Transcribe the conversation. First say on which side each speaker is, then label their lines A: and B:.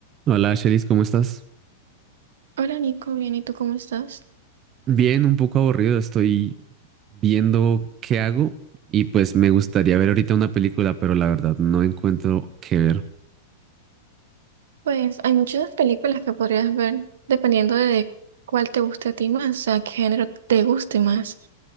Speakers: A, on the right; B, on the right.
A: Hola, Shelis, ¿cómo estás?
B: Hola Nico, bien, ¿y tú cómo estás?
A: Bien, un poco aburrido, estoy viendo qué hago y pues me gustaría ver ahorita una película, pero la verdad no encuentro qué ver.
B: Pues hay muchas películas que podrías ver dependiendo de cuál te guste a ti más, o sea, qué género te guste más.